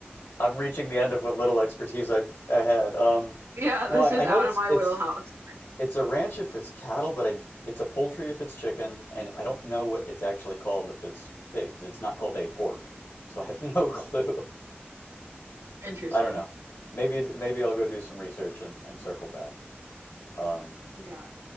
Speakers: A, on the left (about 80°); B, on the right (about 85°).
A: I'm reaching the end of what little expertise I I had. Um,
B: Yeah,
A: no,
B: this
A: I,
B: is
A: I know
B: out
A: it's
B: of my
A: it's
B: wheelhouse.
A: It's a ranch if it's cattle, but I it's a poultry if it's chicken, and I don't know what it's actually called if it's pigs. It's not called a pork, so I have <laughs> no clue.
B: Interesting.
A: I don't know. Maybe it- maybe I'll go do some research and, and circle back. Um,
B: Yeah.